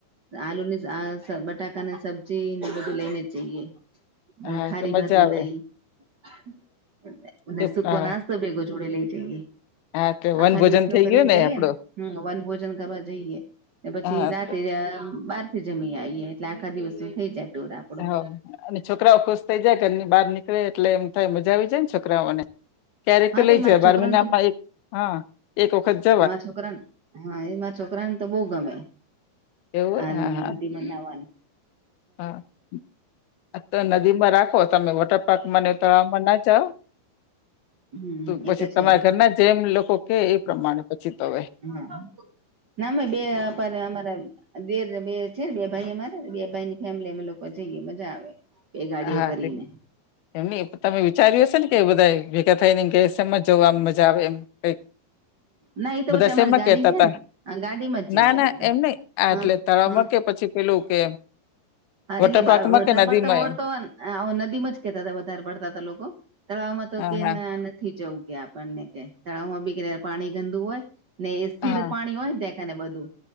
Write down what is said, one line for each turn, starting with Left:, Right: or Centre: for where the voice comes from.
Right: આલુ ની બટાકા ની સબ્જી ને બધું લઈને જઈએ
Left: હા
Right: ખારી
Left: તો મજા
Right: ભાત બનાઈ
Left: આવે હ
Right: સુ
Left: હા
Right: સેગ જોડે લઈ જઈએ
Left: હા એટલે વનભોજન
Right: આખા દિવસ નું
Left: થઈ
Right: કરીને
Left: ગયું
Right: જઈએે
Left: આપડું
Right: ને હમ વન ભોજન કરવા જઈએ પછી
Left: હા
Right: રાતે
Left: તો
Right: બાર થી જમી આવીએ એટલે આખા દિવસ થઈ જાય ટુર આપડો
Left: હ અને છોકરાઓ ખુશ થઈ જાય ઘરની બહાર નીકળે એટલે એમ થાય મજા આવી છોકરાને ક્યારેક
Right: હા
Left: તો
Right: તે
Left: લઈ
Right: મારા
Left: જ
Right: છોકરાને
Left: બાર મહિનામાં હ એક વખત જ
Right: મા છોકરાને હા એમાં છોકરાને તો બહુ ગમે
Left: એવું હોય
Right: આ
Left: હા હા
Right: નદી મનાવાનું
Left: હા તો નદીમાં રાખો તમે વટ ટપક મને તળ મના જાઓ
Right: <inaudible> એ
Left: પછી
Right: તો છે
Left: તમારા ઘરના જેમ લોકો કે એ પ્રમાણે પછી તો હ
Right: <unintelligible> નામે બે આપ અમારા બેર બે છે ને બે ભાઈ અમારે બે ભાઈ ની ફેમિલી અમે લોકો જઈએ મજા આવે બે ગાડીઓ
Left: હા
Right: કરીને
Left: એમ તમે વિચાર્યું હશે ને કે બધા ભેગા થઈ ને કે છે એમજ જવામ મજા આવે એમ કઈક
Right: ના એ તો
Left: બધા
Right: પછી અમારી
Left: શેમાં
Right: ગાડી
Left: કેતા
Right: છે
Left: હતા
Right: ને ગાડીમાં જઈએ
Left: ના
Right: અમે
Left: ના
Right: તો
Left: એમ નઈ આ
Right: હા
Left: એટલે તળાવમાં
Right: હા
Left: કે પછી પેલું કે
Right: હા
Left: વોટર
Right: એટલે
Left: પાર્કમાં
Right: વળતા
Left: કે નદીમાં
Right: પડતા વળતો
Left: એમ
Right: હોય ને નદીમાં જ કેતા હતા વધારે પડતા ત લોકો તળાવમાં તો
Left: હા
Right: કે
Left: હા
Right: નથી જવું કે આપણને કે તળાવમાં બી કે પાણી ગંદુ હોય ને એ સ્થિર
Left: હા
Right: પાણી હોય ત્યાં ને બધું